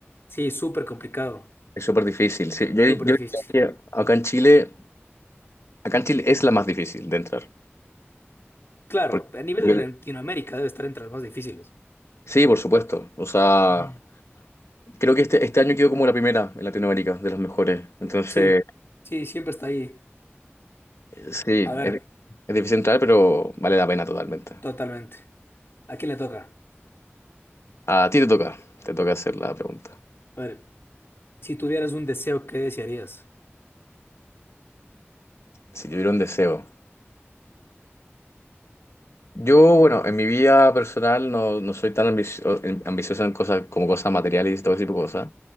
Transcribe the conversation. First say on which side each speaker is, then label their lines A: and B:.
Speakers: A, on the left (about 60°); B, on the left (about 80°).
A: Sí, súper complicado,
B: es súper difícil. Sí, yo,
A: súper
B: yo
A: difícil.
B: diría que acá en Chile, acá en Chile es la más difícil de entrar.
A: Claro,
B: Porque-
A: a nivel
B: porque-
A: de Latinoamérica debe estar entre las más difíciles.
B: sí, por supuesto. O sea,
A: Ujú.
B: creo que este, este año quedó como la primera en Latinoamérica, de los mejores. Entonces,
A: Sí, sí, siempre está ahí.
B: sí,
A: A ver,
B: es, es difícil entrar, pero vale la pena totalmente.
A: totalmente. ¿A quién le toca?
B: A ti te toca, te toca hacer la pregunta.
A: A ver, si tuvieras un deseo, ¿qué desearías?
B: Si tuviera un deseo. Yo, bueno, en mi vida personal no, no soy tan ambicio- en- ambicioso en cosas como cosas materiales y todo ese tipo de cosas.